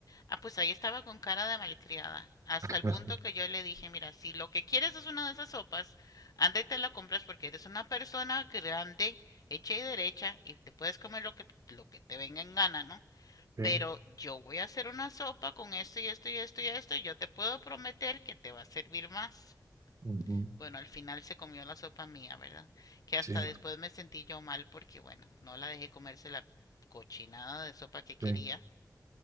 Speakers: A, on the left; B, on the right.
A: Ah, pues ahí estaba con cara de malcriada, hasta
B: <laughs>
A: el punto que yo le dije, mira, si lo que quieres es una de esas sopas, anda y te la compras porque eres una persona grande, hecha y derecha, y te puedes comer lo que, lo que te venga en gana, ¿no?
B: sí,
A: Pero yo voy a hacer una sopa con esto y esto y esto y esto, y yo te puedo prometer que te va a servir más.
B: ujú,
A: Bueno, al final se comió la sopa mía, ¿verdad? Que hasta
B: sí,
A: después me sentí yo mal porque, bueno, no la dejé comerse la cochinada de sopa que quería
B: sí.